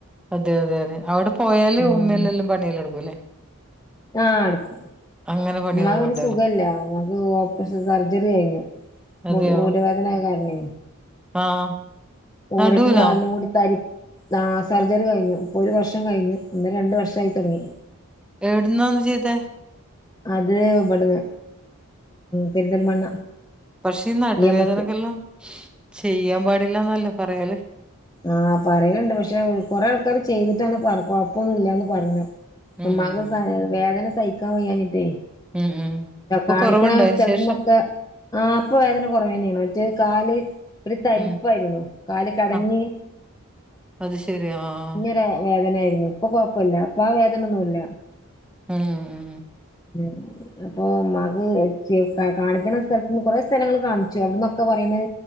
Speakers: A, in the centre; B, on the left.
A: അതെ അതെ അതെ അവെടെ പോയാല്
B: ഉം
A: ഉമ്മയെല്ലെല്ലാം പണിയെല്ലാടുക്കൂലേ
B: ആഹ് എടുക്കും
A: അങ്ങനെ പണിയൊന്നും
B: ഉമ്മ പിന്നെ
A: വേണ്ടല്ലേ?
B: സുഖല്ല ഇത് ഓപ്പറേഷൻ സർജറി കയിഞ്ഞു
A: അതെയോ?
B: ഊരവേദനായ കാരണേ
A: ആഹ്
B: ഊരക്കും
A: നടുവിനോ?
B: കാലിനും കൂടി തരി ആഹ് സർജറി കയിഞ്ഞു ഇപ്പൊ ഒരു വർഷം കയിഞ്ഞു ഒന്ന് രണ്ടു വർഷായി തുടങ്ങി
A: എവിടുന്നാ ഒന്ന് ചെയ്തെ
B: അത് ഇവിടുന്ന് പെരിന്തൽമണ്ണ
A: പഷേ ഈ നടുവേദനക്കെല്ലാം
B: ഇ എം എസ്
A: ചെയ്യാൻ പാടില്ലാന്നല്ലേ പറയല്
B: ആഹ് പറയിണ്ട് പഷേ കൊറേ ആൾക്കാര് ചെയ്തിട്ടാണ് പറ കൊഴപ്പൊന്നുല്ലാന്ന് പറഞ്ഞു
A: ഉം,
B: ഉമ്മാക്കെ
A: ഉം, ഉം.
B: വേദന സഹിക്കാൻ വയ്യാഞ്ഞിട്ടേ
A: ഉം, ഉം. ഇപ്പൊ
B: കാണിക്കണ
A: കൊറവുണ്ടോ അതിന്
B: സ്ഥലത്ത്ന്നൊക്കെ
A: ശേഷം?
B: ആഹ് ഇപ്പ വേദന കുറവന്നേണ് മറ്റേ കാല് ഒരു തരിപ്പായിരുന്നു
A: ഉം.
B: കാല് കടഞ്ഞ്
A: ആ അത് ശരി ആഹ്
B: വേ വേദനയായിരുന്നു ഇപ്പൊ കൊയപ്പല്ല ഇപ്പ ആഹ് വേദനയൊന്നുല്ല
A: ഉം ഉം ഉം
B: <inaudible> അപ്പൊ ഉമ്മാക്ക് കാണിക്ക്ണ സ്ഥലത്ത്ന്ന് കൊറെ സ്ഥലങ്ങൾ കാണിച്ചു അവിടന്നൊക്കെ പറയ്ണെ